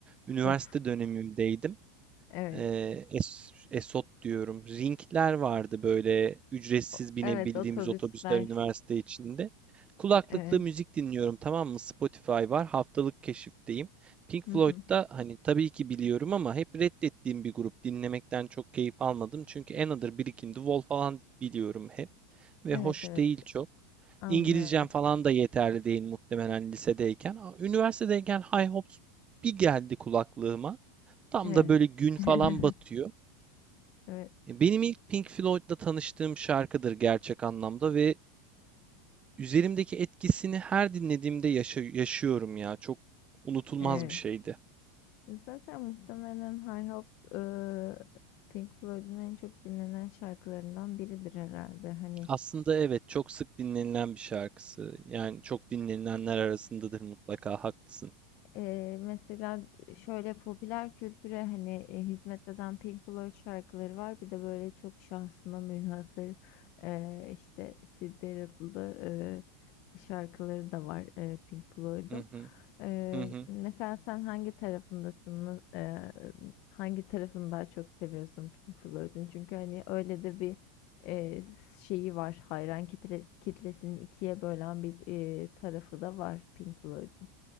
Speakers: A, on the right; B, on the left.
A: Üniversite
B: Of.
A: dönemimdeydim.
B: Evet.
A: Eee, Es Esot diyorum. Ringler vardı böyle ücretsiz
B: O-
A: binebildiğimiz
B: Evet otobüsler.
A: otobüsler üniversite içinde. Kulaklıkla
B: Evet.
A: müzik dinliyorum tamam mı? Spotify var. Haftalık keşifteyim. Pink
B: Hı
A: Floyd'da
B: hı.
A: hani tabii ki biliyorum ama hep reddettiğim bir grup. Dinlemekten çok keyif almadım. Çünkü Another, Brick in the Wall falan biliyorum hep. Ve
B: Evet
A: hoş
B: evet
A: değil çok.
B: anlıyorum.
A: İngilizcem falan da yeterli değil muhtemelen lisedeyken. Aa, Üniversitedeyken High Hopes bir geldi kulaklığıma. Tam
B: Evet.
A: da böyle gün
B: <laughs>
A: falan batıyor.
B: Evet.
A: E, Benim ilk Pink Floyd'la tanıştığım şarkıdır gerçek anlamda ve üzerimdeki etkisini her dinlediğimde yaşa- yaşıyorum ya. Çok unutulmaz
B: Evet.
A: bir şeydi.
B: Zaten muhtemelen High Hopes e, Pink Floyd'un en çok dinlenen şarkılarından biridir herhalde. Hani
A: Aslında evet çok sık dinlenilen bir şarkısı. Yani çok dinlenilenler arasındadır mutlaka haklısın.
B: Eee, mesela şöyle popüler kültüre hani e, hizmet eden Pink Floyd şarkıları var. Bir de böyle çok şahsına münhasır eee, işte Syd Barrett'lı eee, şarkıları da var eee, Pink Floyd'un.
A: Hı hı
B: Eee,
A: hı hı.
B: mesela sen hangi tarafındasın? Eee, hangi tarafını daha çok seviyorsun Pink Floyd'un? Çünkü hani öyle de bir eee, şeyi var. Hayran kitle, kitlesini ikiye bölen bir eee, tarafı da var Pink Floyd'un.